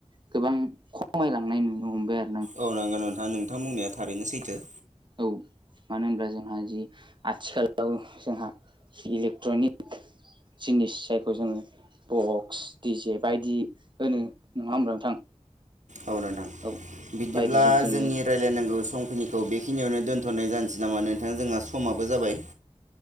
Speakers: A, on the right; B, on the right.
A: गोबां खमायलांनाय नुनो हमबाय आ
B: औ नंगौ नोंथां नोंथां बुंनाया थारैनो सैथो।
A: औ मानो होनब्ला जोंहा जि आथिखालाव जोंहा इलेक्ट्रनिक जिनिस जायखौ जोङो बक्स डि जे बायदि होनो नङा होमब्ला नोंथां
B: औ नोंथां
A: औ
B: बिदिब्ला
A: बायदिजों जोङो
B: जोंनि रायजलायनांगौ समखिनिखौ बेखिनियावनो दोनथ'नाय जानोसै नामा नोंथां जोंहा समाबो जाबाय